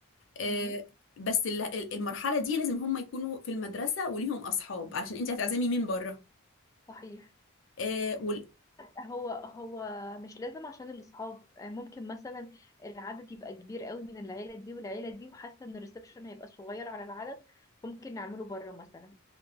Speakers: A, on the left; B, on the left.
A: آه،
B: امم
A: بس ال- ال- المرحلة دي لازم هم يكونوا في المدرسة وليهم أصحاب علشان أنت هتعزمي مين بره
B: صحيح
A: آه، وال-
B: هو هو مش لازم عشان الأصحاب ممكن مثلا العدد يبقى كبير قوي من العيلة دي والعيلة دي وحاسة ان الريسبشن هيبقى صغير على العدد ممكن نعمله بره مثلا